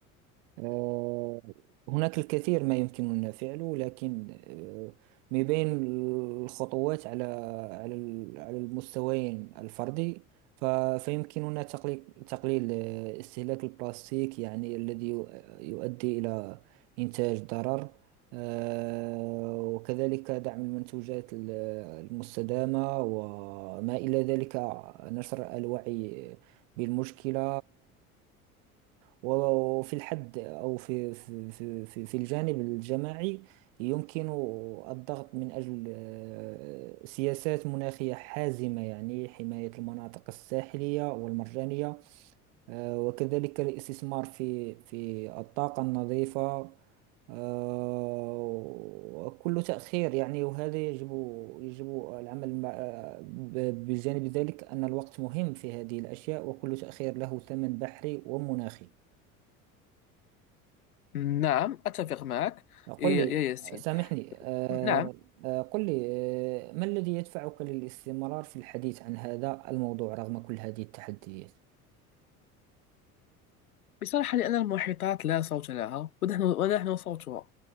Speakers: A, on the right; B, on the left.
A: آه، هناك الكثير ما يمكننا فعله لكن آه، من بين الخطوات على على ال- على المستويين الفردي ف- فيمكننا تقليل تقليل آه، استهلاك البلاستيك يعني الذي يو- يؤدي إلى إنتاج ضرر آه، وكذلك دعم المنتوجات ال- المستدامة وما إلى ذلك نشر الوعي بالمشكلة وفي الحد أو في في في في في الجانب الجماعي يمكن الضغط من أجل آه، سياسات مناخية حازمة يعني حماية المناطق الساحلية والمرجانية آه، وكذلك الاستثمار في في الطاقة النظيفة آه، وكل تأخير يعني وهذا يجب يجب العمل مع ب- بجانب ذلك أن الوقت مهم في هذه الأشياء وكل تأخير له ثمن بحري ومناخي
B: نعم أتفق معك يا
A: قل لي
B: يا ياسين
A: سامحني آه،
B: نعم
A: آه، قل لي آه، ما الذي يدفعك للاستمرار في الحديث عن هذا الموضوع رغم كل هذه التحديات
B: بصراحة لأن المحيطات لا صوت لها ونحن ونحن صوتها